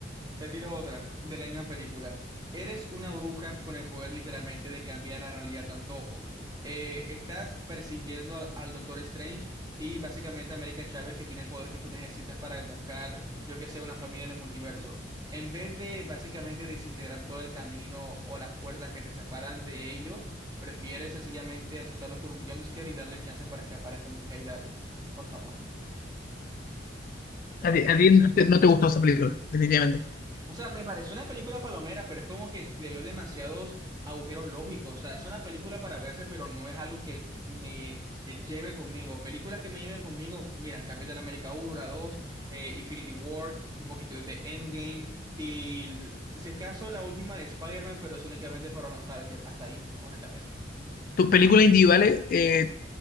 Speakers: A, on the right; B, on the left.
A: Te tiro otra de la misma película. Eres una bruja con el poder literalmente de cambiar la realidad a tu antojo. Eh, estás persiguiendo a- al Doctor Strange y básicamente a American Chávez que tiene el poder que tú necesitas para buscar, yo que sé, una familia en el multiverso. En vez de básicamente desintegrar todo el camino o las puertas que te separan de ellos, prefieres sencillamente asustarlos con un jumpscare y darle chance para escapar. Es como que ahí dale, por favor. O sea,
B: A ti, a ti no te no te gustó esa película, definitivamente.
A: O sea, me pareció una película palomera, pero es como que le dio demasiados agujeros lógicos. O sea, es una película para verse, pero no es algo que me lleve conmigo. Películas que me lleven conmigo, mira, Capitán América uno, la 2, eh, Infinity War, un poquito de Endgame y, si es caso, la última de Spider-Man, pero es únicamente para nostalgia. Hasta ahí, honestamente.
B: Tus películas individuales, eh,